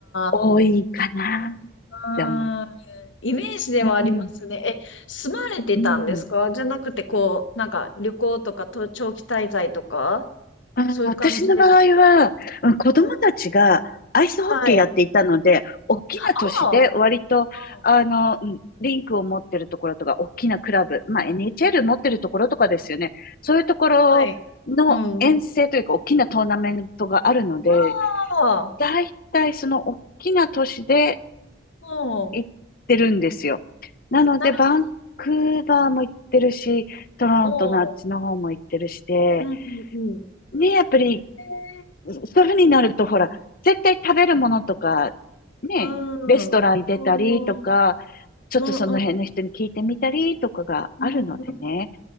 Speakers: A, on the left; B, on the left.
A: 多いかなって思う。
B: ーあ、うん。イメージではありますね。
A: うん、
B: え、住まれてたんですかじゃなくて、
A: うん。
B: こう、なんか旅行とかと長期滞在とか、
A: あー、
B: そういう感じでですか
A: 私の場合は、うん子供たちがアイスホッケーやっていたので、
B: うんはい。
A: 大きな都市で割と、
B: あーあー、
A: あの、うんリンクを持ってるところとか、大きなクラブ、まあ NHL 持ってるところとかですよね。そういうところの遠征というか、
B: あはい。うん。
A: 大きなトーナメントがあるので、
B: ああ、
A: だいたいその大きな都市で
B: うん。
A: 行ってるんですよ。なので、
B: なるほ
A: バンクーバーも行ってるし、トロントのあっちの方も行ってるしで、
B: どな。うん。うんうんうん。
A: ね、やっぱり
B: え
A: そういうふうになると、ほら、絶対食べるものとか、ね、
B: ー、うんうん。
A: レストランに出たりとか、ちょっとその辺の人に聞いてみたりとかがあるのでね。
B: うんうんうんうん